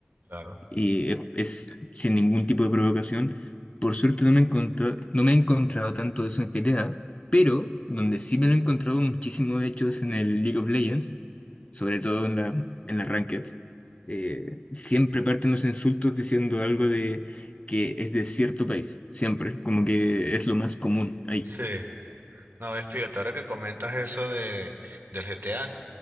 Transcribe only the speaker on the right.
claro.
Sí, no, ves fíjate, ahora que comentas eso de, del GTA,